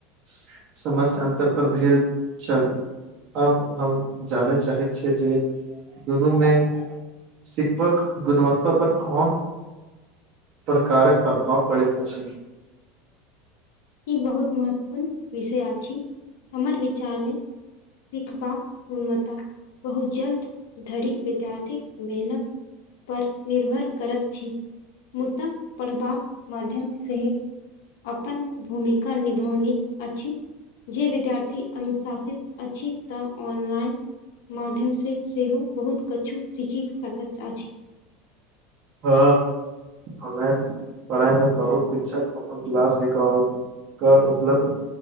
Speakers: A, on the right; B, on the left.
A: से- समस अन्तर पर भेल छल अब हम जानय चाहै छी जे दुनूमे शिकबाक गुणवत्ता पर कोन प्रकारक प्रभाव पड़ैत अछि
B: ई बहुत महत्वपूर्ण विषय आछि हमर विचार मे सिखबाक गुणवत्ता बहुत जल्द धरि विद्यार्थीक मेहनत पर निर्भर करैत छै मुदा पढ़बाक माध्यम से अपन भूमिका निभौनी अछि जे विद्यार्थी अनुशासित अछि तऽ ऑनलाइन माध्यम से सेहो बहुत कछु सीखि सकैत अछि
A: हँ ऑनलाइन पढ़ाई मे बहुत शिक्षक अपन क्लास रिकॉर्ड क उपलब्ध